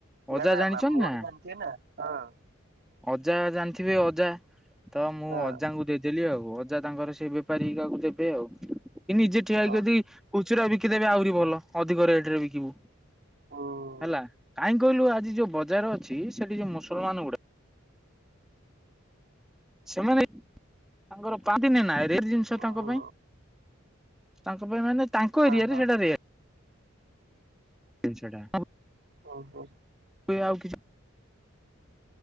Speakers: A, in the centre; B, on the right.
A: ଅଜା
B: ନା ନା
A: ଜାଣିଛନ୍ତି
B: ମାମୁଁ ଘର
A: ନା
B: ଜାଣିଥିବେ ନା ହଁ।
A: ଅଜା ଜାଣିଥିବେ ଅଜା ତ ମୁଁ
B: ହଁ
A: ଅଜାଙ୍କୁ ଦେଇଦେଲି ଆଉ ଅଜା ତାଙ୍କର ସେ ବେପାରୀ କାକୁ ଦେବେ ଆଉ। କି ନିଜେ ଠିଆ
B: ହଁ
A: ହେଇକ ଯଦି ଖୁଚୁରା ବିକିଦେବେ ଆହୁରି ଭଲ ଅଧିକା ରେଟ ରେ ବିକିବୁ।
B: ଉଁ
A: ହେଲା କାହିଁ କହିଲୁ ଆଜି ଯୋଉ ବଜାର ଅଛି ସେଠି ଯୋଉ ମୁସଲମାନ ଗୁଡା ସେମାନେ ତାଙ୍କର ପାନ୍ତିନେ ନା ରେ ଜିନିଷ ତାଙ୍କ
B: ଉଁ
A: ପାଇଁ। ତାଙ୍କ ପାଇଁ ମାନେ ତାଙ୍କ ଏରିଆ
B: ଓହୋ
A: ରେ ସେଟା ରେ <unintelligible>
B: ଓୁଁ ହୁ।
A: ହୁଏ ଆଉ କିଛି